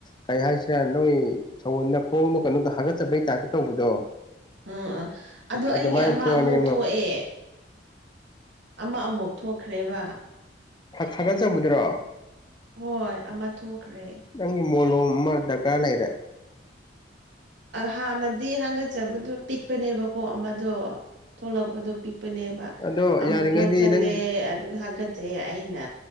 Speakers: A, on the left; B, on the right.
A: ꯀꯩ ꯍꯥꯏꯁꯤꯔꯥ ꯅꯣꯏ ꯁꯒꯣꯟꯗ ꯈꯣꯡꯗꯣ ꯀꯩꯅꯣꯗꯣ ꯍꯥꯒꯠꯆꯕꯩ ꯇꯥꯏꯞꯇ ꯇꯧꯕꯗꯣ
B: ꯎꯝ ꯎꯥ ꯑꯗꯣ ꯑꯩꯒꯤ
A: ꯑꯗꯨꯃꯥꯏꯅ
B: ꯑꯃ
A: ꯊꯣꯛꯑꯅꯤ
B: ꯑꯃꯨꯛ ꯊꯣꯛꯑꯦ ꯑꯃ ꯑꯃꯨꯛ ꯊꯣꯛꯈ꯭ꯔꯦꯕ
A: ꯐꯒꯠ ꯆꯝꯃꯨꯗꯔꯣ
B: ꯍꯣꯏ ꯑꯃ ꯊꯣꯛꯈ꯭ꯔꯦ
A: ꯅꯪꯒꯤ ꯃꯣꯂꯣꯝ ꯑꯃ ꯗꯔꯀꯥꯔ ꯂꯩꯔꯦ
B: ꯍꯥꯟꯅꯗꯤ ꯍꯪꯒꯠꯆꯕꯗꯣ ꯄꯤꯛꯄꯅꯦꯕꯀꯣ ꯑꯃꯗꯣ ꯊꯣꯛꯂꯛꯄꯗꯣ ꯄꯤꯛꯄꯅꯦꯕ
A: ꯑꯗꯣ ꯌꯥꯔꯤꯉꯩꯗꯤ
B: ꯑꯃꯨꯛ ꯂꯧ ꯆꯜꯂꯦ
A: ꯅꯪ
B: ꯑꯗꯨꯒ ꯍꯥꯀꯠꯆꯦ ꯑꯩꯅ